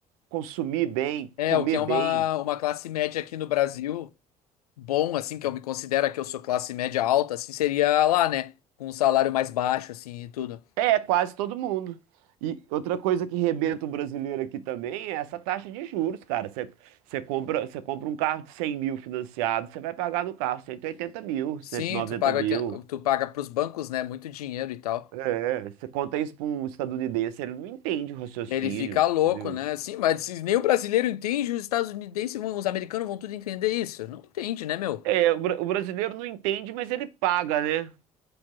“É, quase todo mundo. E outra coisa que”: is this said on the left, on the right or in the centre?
Right